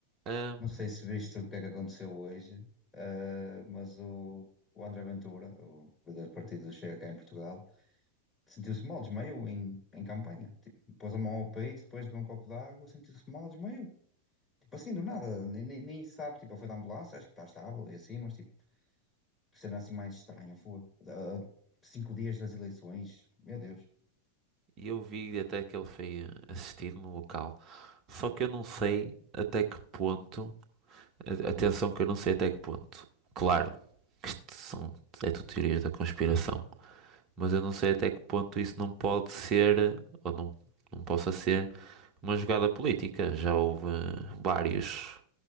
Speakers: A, on the right (about 35°); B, on the left (about 20°).
A: Ahm,
B: Não sei se viste o que é que aconteceu hoje, eh, mas o, o André Ventura, o líder do partido do Chega cá em Portugal, sentiu-se mal, desmaiou em, em campanha. Tipo, pôs a mão ao peito, depois de beber um copo de água, sentiu-se mal, desmaiou. Tipo assim, do nada, nem, nem, nem sabe, tipo, ele foi da ambulância, acho que está estável e assim, mas tipo, cena assim mais estranha, foi. Ah, cinco dias das eleições, meu Deus.
A: E eu vi até que ele foi eh, assistir no local. Só que eu não sei até que ponto. a- Atenção, que eu não sei até que ponto. Claro que isto são, é tudo teorias da conspiração. Mas eu não sei até que ponto isso não pode ser, eh, ou não, não possa ser, uma jogada política. Já houve eh, vários